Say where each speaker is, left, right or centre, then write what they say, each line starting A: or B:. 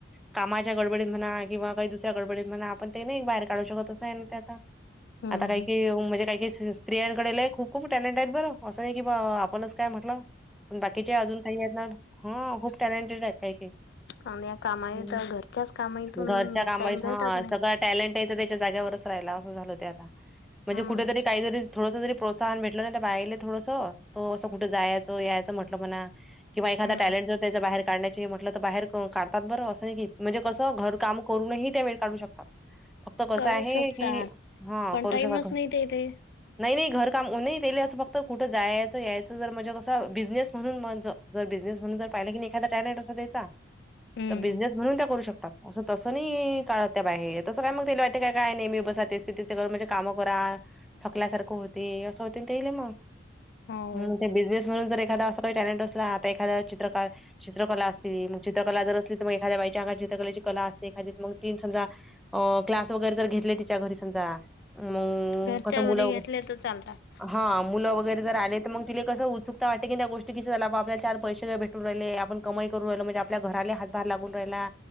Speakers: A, in the centre; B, on the left (about 60°).
A: कामाच्या गडबडीत म्हणा किंवा काही दुसऱ्या गडबडीत म्हणा आपण ते नाही बाहेर काढू शकतच नाही ना ते आता.
B: हम्म
A: आता काही
B: हम्म.
A: काही म्हणजे काही काही स्त्रियांकडे लय खूप खूप टॅलेंट आहेत बरं असं नाही की बा आपणच काय म्हटलं. पण बाकीचे अजून काही आहेत ना हा खूप टॅलेंटेड आहेत काही काही.
B: आणि या कामाईत
A: हम्म.
B: घरच्याच कामाईतून
A: घरच्या कामात
B: टाईम भेटत
A: हा
B: नाही.
A: सगळा टॅलेंट आहे ते त्याच्या जागेवरच राहिला अस झाल ते आता म्हणजे
B: हम्म.
A: कुठेतरी, कायतरी, थोडस तरी प्रोत्साहन भेटलं ना त्या बायले थोडस तो असं कुठे जायाचं यायाचं म्हटल म्हणा किंवा एखादा
B: हम्म.
A: टॅलेंट जर त्याच्या बाहेर काढण्याचे म्हटलं तर बाहेर काढ तात बरं असंय की म्हणजे कस घरकाम करून ही त्या वेळ काढू शकतात. फक्त कस
B: काढू
A: आहे
B: शकतात
A: कि हा
B: पण
A: करू
B: टाइमच
A: शकात.
B: नाही ते इथे.
A: नाही नाही घर काम नाही त्याले असं फक्त कुठं जायाचं यायाचं जर म्हणजे कसं बिझनेस म्हणून माझ. जर बिझनेस म्हणून जर पाहिले की नाही एखादा टॅलेंट असतो त्याचा.
B: हम्म
A: तर बिझनेस म्हणून त्या करू शकतात. असं तसं नाही काळत त्या बाहेर तसं काय मग तेला वाटे काय काय नाहीे म मी बसा ते तेच काय म्हणजे कामं करा. थकल्यासारखं होतय असं होतय न तेल मग
B: हो.
A: हम ते बिझनेस म्हणून जर एखादा अस टॅलेंट असला तरी एखाद चित्र काढ, चित्रकला असते मग चि चित्रकला जर असली तर एखाद्या बाईच्या अंगात चित्रकलेची कला असते एखादी मग ती न समजा अं क्लास वगैरे जर घेतले तिच्या घरी समजा मग
B: घरच्या
A: कसं
B: घरी
A: मुलं
B: घेतले तर चालतात.
A: हा मुलं वगैरे जर आले तर मग तिला कस उत्सुकता वाटते की त्या गोष्टी की चला आपल्याला चार पैसे तर भेट टुन राहिले आपण कमाई करून राहिल म्हणजे आपल्या घराला हातभार लागून राहिला.